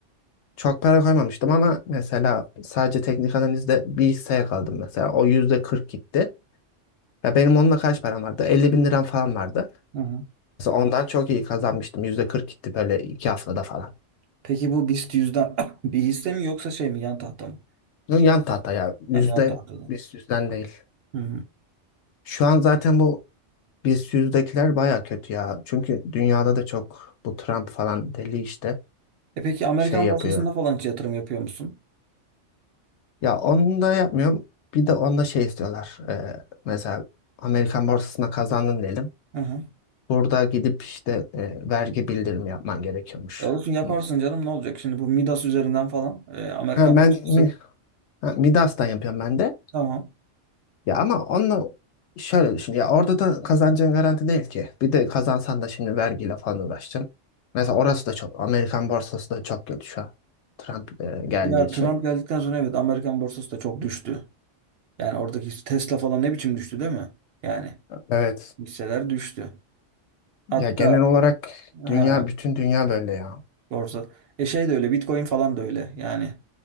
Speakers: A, on the left (about 70°); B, on the right (about 60°).
A: Çok para koymamıştım ama mesela sadece teknik analizde bir hisseye kaldım mesela. O %40 gitti. Ya benim onunla kaç param vardı? 50 bin liram falan vardı.
B: Hı hı.
A: Mesela ondan çok iyi kazanmıştım. Yüzde 40 gitti böyle iki haftada falan.
B: Peki bu BIST yüzden <coughs> <laughs> bir hisse mi yoksa şey mi yan tahta mı?
A: Bunun yan tahta ya. Yüzde
B: Ha, yan tahtada.
A: biz yüzden değil.
B: Hı
A: Şu an zaten bu biz yüzdekiler baya kötü ya. Çünkü dünyada da çok bu Trump falan deli işte
B: E peki Amerikan
A: şey yapıyor.
B: borsasında falan hiç yatırım yapıyor musun?
A: Ya onu da yapmıyorum. Bir de onda şey istiyorlar. Ee, mesela Amerikan borsasına kazandın diyelim.
B: Hı hı.
A: Burada gidip işte e, vergi bildirimi yapman gerekiyormuş.
B: E olsun yaparsın
A: Hani
B: canım ne olacak şimdi bu Midas üzerinden falan e, Amerikan
A: ha, ben
B: borsası
A: Mi- ha, Midas'tan yapıyorum ben de.
B: tamam.
A: Ya ama onunla şöyle düşün. Ya orada da kazancın garanti değil ki. Bir de kazansan da şimdi vergiyle falan uğraşacaksın. Mesela orası da çok, Amerikan borsası da çok kötü şu an. Trump e, geldiği
B: Ya
A: için.
B: Trump geldikten sonra evet Amerikan borsası da çok düştü. Yani oradaki Tesla falan ne biçim düştü değil mi? Yani
A: Evet.
B: hisseler düştü. Hatta
A: Ya genel olarak
B: he,
A: dünya, bütün dünya böyle ya.
B: Borsa. E şey de öyle Bitcoin falan da öyle yani.